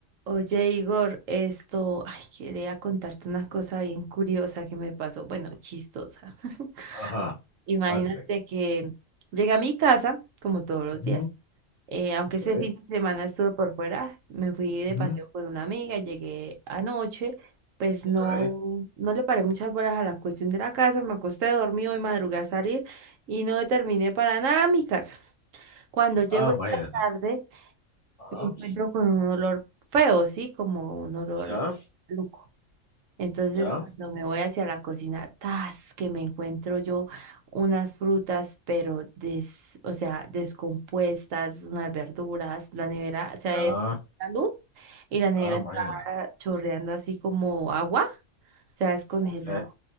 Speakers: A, on the right (about 80°); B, on the left (about 40°).
A: Oye, Igor, esto, ay, quería contarte una cosa bien curiosa que me pasó, bueno, chistosa. <laughs>
B: Ajá,
A: Imagínate
B: puente.
A: que llegué a mi casa, como todos los
B: Ujú,
A: días. Eh, aunque
B: ok,
A: ese fin de semana estuve por fuera, me fui de
B: ujú,
A: paseo con una amiga, llegué anoche, pues
B: ok.
A: no, no le paré muchas horas a la cuestión de la casa, me acosté, dormí, hoy madrugué a salir y no terminé para nada mi casa. Cuando llego
B: Ah,
A: esta
B: imagínate.
A: tarde,
B: Ajá,
A: me encuentro con un olor feo, ¿sí? Como un olor
B: ya,
A: maluco. Entonces,
B: ya,
A: cuando me voy hacia la cocina, tas, que me encuentro yo unas frutas, pero des, o sea, descompuestas, unas verduras, la nevera se ha
B: ya.
A: ido la luz y la nevera
B: Ah,
A: está
B: imagínate.
A: chorreando así como agua, o sea, descongelado.
B: Ok,